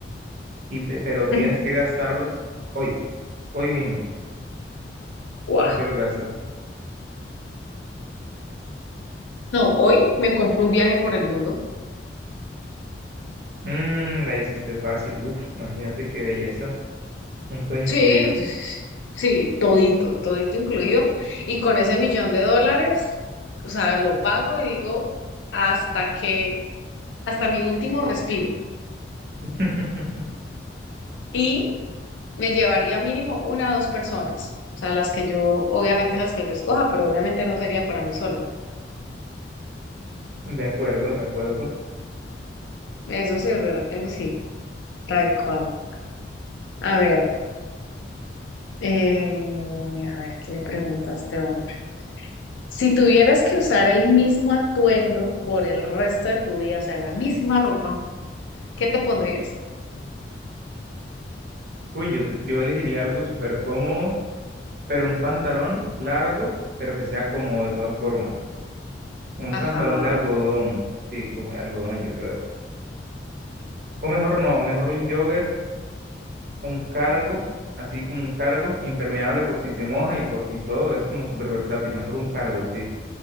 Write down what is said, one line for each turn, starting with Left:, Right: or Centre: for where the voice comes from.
Right: y te- pero tienes
Left: <laughs>
Right: que gastarlos hoy, hoy mismo.
Left: Guau.
Right: ¿En qué lo gastas?
Left: No, hoy me compro un viaje por el mundo.
Right: Mm, la hiciste fácil. Uf, imagínate qué belleza. Un todo incluido.
Left: Sí, sí, sí, sí, todito, todito incluido. Y con ese millón de dólares, o sea, lo pago y digo hasta que, hasta mi último respiro.
Right: <laughs>
Left: Y me llevaría mínimo una o dos personas. O sea, las que yo, obviamente las que yo escoja, pero obviamente no sería para mí sola.
Right: De acuerdo, de acuerdo.
Left: Eso sí, es verdad, eso sí, tal cual. A ver, eh, a ver, ¿qué le pregunta a este hombre? Si tuvieras que usar el mismo atuendo por el resto de tu vida, o sea, la misma ropa, ¿Qué te pondrías?
Right: Uy, yo, yo elegiría algo súper cómodo, pero un pantalón largo, pero que sea cómodo de todas formas. Un
Left: Ajá.
Right: pantalón de algodón, sí, como de algodón, yo creo. O mejor no, mejor un jogger o un cargo, así como un cargo impermeable por si se moja y por si todo, es como súper versátil. Mejor un cargo, sí.